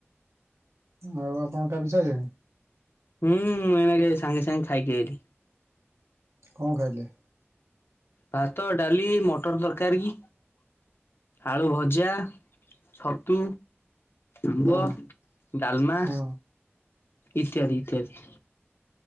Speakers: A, on the right (about 80°); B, on the left (about 55°).
A: ଆଉ ଆପଣ ଖାଇପିଇ ସାଇଲେଣି?
B: ହୁଁ ମୁଁ ଏଇନାକେ ସାଙ୍ଗେ-ସାଙ୍ଗେ ଖାଇକି ଆଇଲି।
A: କଣ ଖାଇଲେ?
B: ଭାତ, ଡାଲି, ମଟର ତରକାରୀ ଆଳୁ ଭଜା, ଛତୁ ଆମ୍ବ
A: ହଁ
B: ଡାଲମା
A: ହଁ
B: ଇତ୍ୟାଦି-ଇତ୍ୟାଦି